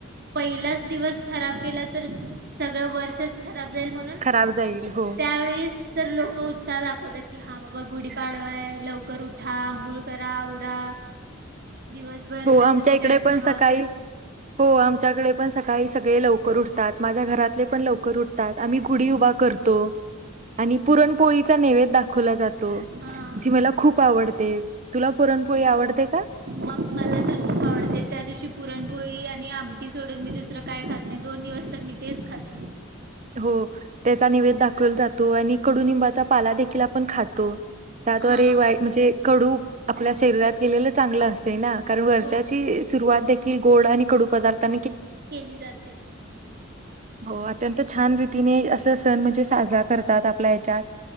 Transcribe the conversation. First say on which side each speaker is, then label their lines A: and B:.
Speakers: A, on the right; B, on the right.
A: पहिलाच दिवस खराब गेला तर सगळं वर्ष खराब जाईल, म्हणून
B: खराब जाईल हो
A: त्यावेळेस तर लोक उत्साह दाखवतात की हा बाबा गुढीपाडवाय लवकर उठा अंघोळ करा आवरा दिवसभर
B: हो
A: हसत
B: आमच्या इकडे
A: खेळत
B: पण
A: राहावा.
B: सकाळी, हो आमच्याकडे पण सकाळी सगळे लवकर उठतात. माझ्या घरातले पण लवकर उठतात. आम्ही गुढी उभा करतो. आणि पुरणपोळीचा नैवद्य दाखवला जातो
A: हा.
B: जी मला खूप आवडते तुला पुरणपोळी आवडते का?
A: मग मला तर खूप आवडते त्या दिवशी पुरणपोळी आणि आमटी सोडून मी दुसरं काय खात नाही. दोन दिवस तर मी तेच खाते.
B: हो त्याचा निवेद दाखवला जातो, आणि कडुनिंबाचा पाला देखील आपण खातो. त्याद्वारे
A: हा
B: वाईट म्हणजे कडू आपल्या शरीरात केेलेलं चांगलं असतय ना कारण वर्षाची
A: हो
B: सुरुवात एका गोड आणि कडू पदार्थां
A: केली जाते.
B: हो अत्यंत छान रीतीने असं सण म्हणजे साजरा करतात आपल्या ह्याच्यात.